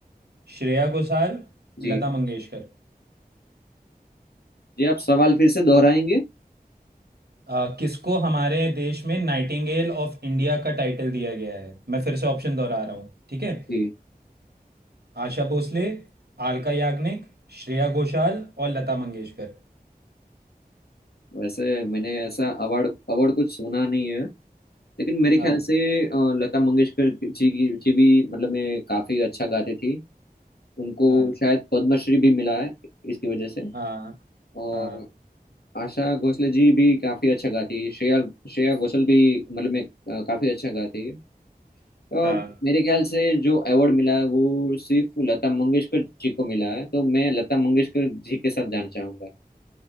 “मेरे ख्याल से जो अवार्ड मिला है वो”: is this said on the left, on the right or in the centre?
Left